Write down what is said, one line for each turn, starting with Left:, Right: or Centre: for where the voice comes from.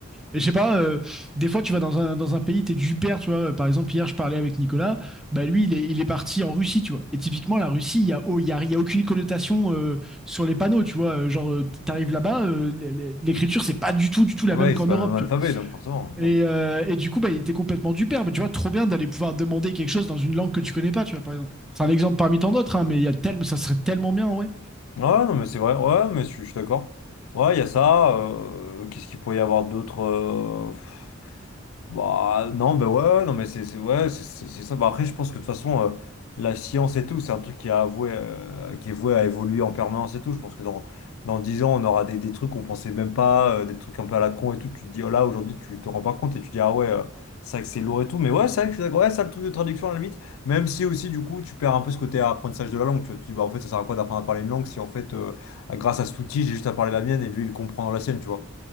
Centre: Et je sais pas, euh, des fois tu vas dans un, dans un pays, t'es du père tu vois. euh, Par exemple, hier je parlais avec Nicolas, bah lui il est, il est parti en Russie, tu vois. Et typiquement, la Russie, il y a, oh, il y a, il y a aucune connotation euh, sur les panneaux, tu vois. Euh, Genre, euh, t'arrives là-bas, euh, l- l- l'écriture c'est pas du tout, du tout la
Left: Ah, bah
Centre: même
Left: oui,
Centre: qu'en
Left: c'est pas
Centre: Europe,
Left: le même alphabet,
Centre: tu
Left: donc forcément.
Centre: vois. Et, euh, et du coup, bah il était complètement du père Mais tu vois, trop bien d'aller pouvoir demander quelque chose dans une langue que tu connais pas, tu vois, par exemple. C'est un exemple parmi tant d'autres, hein, mais il y a tellement, ça serait tellement bien, ouais.
Left: Ouais, non, mais c'est vrai. Ouais, mais je suis je suis d'accord. Ouais, il y a ça. euh, qu'est-ce qu'il pourrait y avoir d'autre euh, pff, Bah, non, mais ouais, non, mais c'est c'est- ouais, c'est c'est- c'est ça. Bah, après, je pense que de toute façon, euh, la science et tout, c'est un truc qui, a avoué, euh, qui est voué à évoluer en permanence et tout. Je pense que dans, dans 10 ans, on aura des, des trucs qu'on pensait même pas, euh, des trucs un peu à la con et tout. Tu te dis, oh là, aujourd'hui, tu te rends pas compte et tu te dis, ah ouais, euh, ça accélère et tout. Mais ouais, c'est vrai que je suis d'accord. ouais, ça, le truc de traduction, à la limite. Même si aussi, du coup, tu perds un peu ce côté apprentissage de la langue. Tu vois, tu dis, bah, en fait, ça sert à quoi d'apprendre à parler une langue si, en fait, euh, grâce à cet outil, j'ai juste à parler la mienne et lui, il comprend la sienne, tu vois.